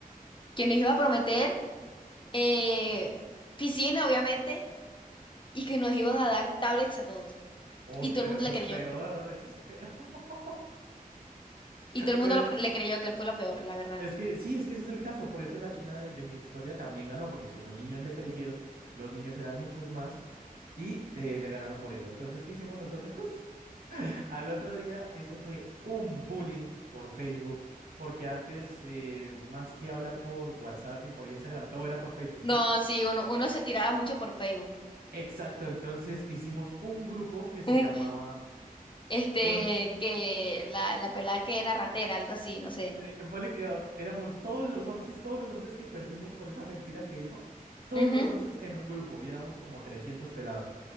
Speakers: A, on the left (about 35°); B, on the right (about 80°).
A: que nos iba a prometer eh, piscina, obviamente, y que nos iban a dar tablets a todos.
B: Uy,
A: Y todo
B: pero
A: el mundo
B: eso
A: le
B: es
A: creyó.
B: peor, eso es peor. <laughs>
A: Y todo el mundo
B: Bueno,
A: lo pre- le creyó que fue lo peor, la verdad.
B: es que sí, es que ese es el caso. Por eso la China de, de mi historia también ganó, porque pues los niños le creyeron, los niños eran muchos más y eh, le ganaron por eso. Entonces, ¿qué hicimos nosotros? <laughs> Al otro día, eso fue un bullying por Facebook, porque antes, eh, más que hablar por WhatsApp y por Instagram, todo era por Facebook,
A: No,
B: ¿sí?
A: sí, uno, uno se tiraba mucho por Facebook.
B: Exacto, entonces hicimos un grupo que se
A: Un,
B: llamaba...
A: este,
B: con
A: que la, la pelada que era ratera, algo así, no sé.
B: Eh, ponle que, ah, éramos todos los once, todos los once que perdimos por esa mentira que dijo, todos
A: Ujú.
B: los once en un grupo y éramos como 300 pelados,